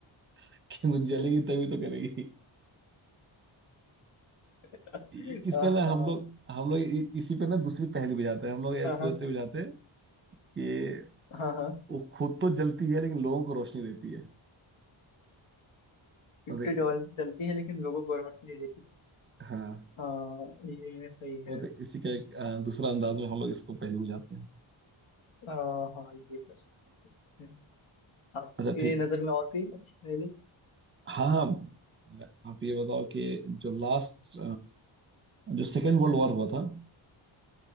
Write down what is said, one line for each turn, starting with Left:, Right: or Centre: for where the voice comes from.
Right: <laughs> कि वो जलेगी तभी तो करेगी
Left: <laughs>
Right: <laughs> इ- इसका
Left: हाँ
Right: ना हम लोग हम लोग इ- इसी पे ना दूसरी पहेली बुझाते हैं हम लोग इसको
Left: हाँ हाँ
Right: ऐसे बुझाते हैं कि
Left: हाँ हाँ
Right: वो खुद तो जलती है लेकिन लोगों को रोशनी देती है
Left: इतनी
Right: मतलब इ-
Left: जल जलती है लेकिन लोगों को रोशनी नहीं देती
Right: हाँ
Left: हाँ ये सही
Right: मतलब
Left: है
Right: इसी का एक आ, दूसरा अंदाज में हम लोग इसको पहले बुझाते हैं
Left: हाँ हाँ ये कर सकते हैं आपकी
Right: अच्छा ठीक है
Left: नजर में और कोई अच्छी पहेली
Right: हाँ हाँ आप ये बताओ कि जो लास्ट जो सेकेंड वर्ल्ड वॉर हुआ था